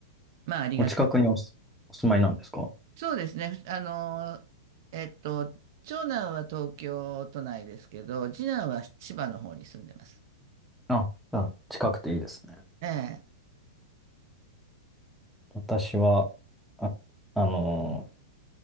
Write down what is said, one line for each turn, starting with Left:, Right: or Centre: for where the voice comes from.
Right: まあ、ありがたい。
Centre: お近くにお住、お住まいなんですか
Right: そうですね、あの、えっと、長男は東京都内ですけど、次男は千葉の方に住んでます。
Centre: あ、じゃあ近くていいですね。
Right: ええ、
Centre: 私は、あ、あの、